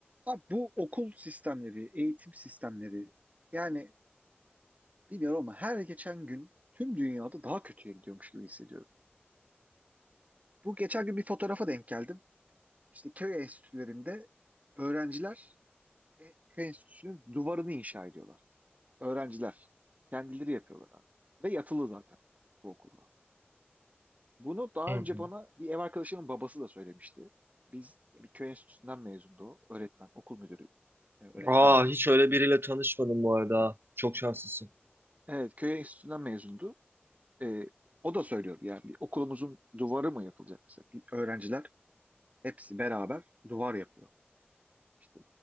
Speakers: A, on the right; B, on the right.
A: Abi bu okul sistemleri, eğitim sistemleri yani bilmiyorum ama her geçen gün tüm dünyada daha kötüye gidiyormuş gibi hissediyorum. Bu geçen gün bir fotoğrafa denk geldim. İşte köy enstitülerinde öğrenciler e, köy enstitüsünün duvarını inşa ediyorlar. Öğrenciler kendileri yapıyorlar abi. Ve yatılı zaten bu okulda. Bunu daha
B: Hı
A: önce
B: hı.
A: bana bir ev arkadaşımın babası da söylemişti. Biz bir köy enstitüsünden mezundu o. Öğretmen, okul müdürü e, öğretmendi.
B: Aa, hiç öyle biriyle tanışmadım bu arada. Çok şanslısın.
A: Evet, köy enstitüsünden mezundu. e, o da söylüyordu yani bir okulumuzun duvarı mı yapılacak mesela? Bir öğrenciler hepsi beraber duvar yapıyor. İşte